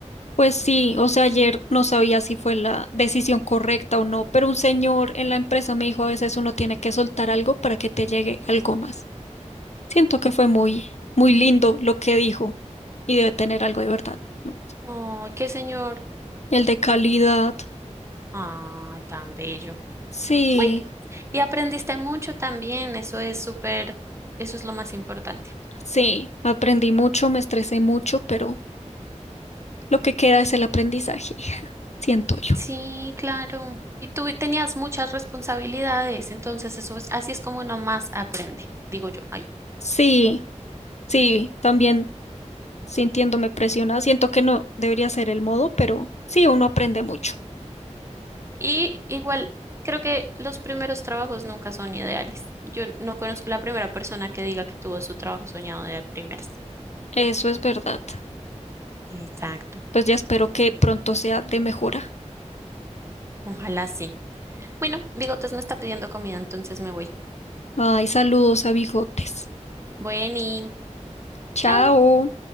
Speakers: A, on the left (about 65°); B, on the right (about 20°).
A: Pues sí, o sea, ayer no sabía si fue la decisión correcta o no, pero un señor en la empresa me dijo a veces uno tiene que soltar algo para que te llegue algo más. Siento que fue muy, muy lindo lo que dijo y debe tener algo de verdad, ¿no?
B: Ay, qué señor.
A: El de calidad.
B: Ay, tan bello.
A: Sí.
B: Bueno, y aprendiste mucho también, eso es súper, eso es lo más importante.
A: Sí, aprendí mucho, me estresé mucho, pero lo que queda es el aprendizaje, <laughs> siento yo.
B: Sí, claro. Y tú tenías muchas responsabilidades, entonces eso es, así es como uno más aprende, digo yo. Ay.
A: Sí, sí, también sintiéndome presionada, siento que no debería ser el modo, pero sí, uno aprende mucho.
B: Y igual, creo que los primeros trabajos nunca son ideales. Yo no conozco la primera persona que diga que tuvo su trabajo soñado de primeras.
A: Eso es verdad.
B: Exacto.
A: Pues ya espero que pronto sea de mejora.
B: Ojalá sí. Bueno, Bigotes me está pidiendo comida, entonces me voy.
A: Ay, saludos a Bigotes.
B: Bueno, y
A: Chao.
B: chao.